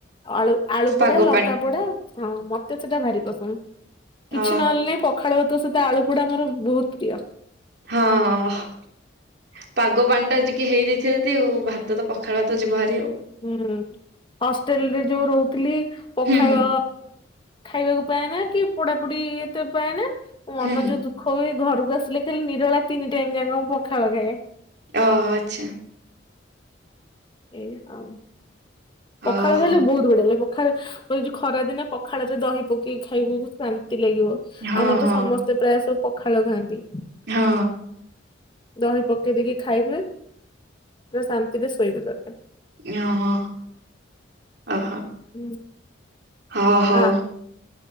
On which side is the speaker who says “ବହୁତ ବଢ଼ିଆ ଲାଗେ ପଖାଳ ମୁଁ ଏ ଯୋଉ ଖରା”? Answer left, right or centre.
Left